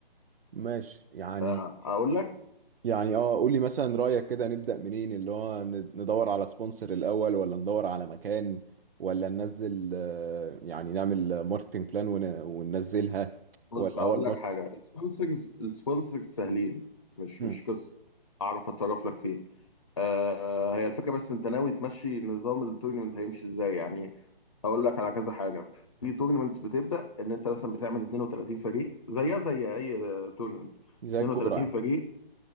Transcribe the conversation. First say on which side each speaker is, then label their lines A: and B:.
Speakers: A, on the right; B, on the left.
A: ماشي يعني
B: آه اقول لك
A: يعني اه قول لي مثلا رأيك كده نبدأ منين اللي هو ن- ندور على سبونسر الأول ولا ندور على مكان ولا ننزل آه، يعني نعمل ماركتنج بلان ون- وننزلها
B: بص
A: ولا
B: هقول
A: هو الماركت
B: لك حاجه السبونسرز السبونسرز سهلين مش
A: مم.
B: مش قصه اعرف اتصرف لك فيهم آه هي الفكره بس انت ناوي تمشي نظام التورنمنت هيمشي ازاي يعني هقول لك على كذا حاجه في تورنمنتس بتبدا ان انت مثلا بتعمل 32 فريق زيها زي اي تورنمنت
A: زي
B: 32
A: الكورة يعني
B: فريق